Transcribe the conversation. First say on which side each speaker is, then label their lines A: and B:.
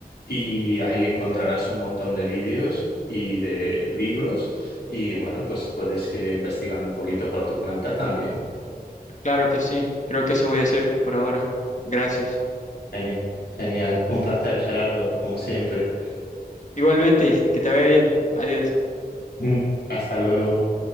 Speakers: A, on the left; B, on the left.
A: y ahí encontrarás un montón de vídeos y de libros y bueno, pues puedes ir investigando un poquito por tu cuenta también.
B: Claro que sí, creo que eso voy a hacer por ahora. Gracias.
A: Geni- Genial, un placer, Gerardo, como siempre.
B: Igualmente, que te vaya bien. Adiós.
A: Mm, Hasta luego.